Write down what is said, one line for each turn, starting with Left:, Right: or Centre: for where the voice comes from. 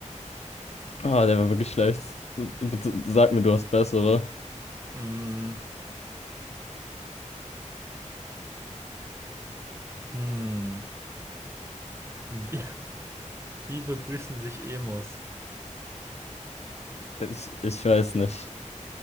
Left: Ah, der war wirklich schlecht. Bitte sag mir, du hast bessere.
Right: Mm, hm. Wie, wie begrüßen sich Emos?
Left: Ich, ich weiß nicht.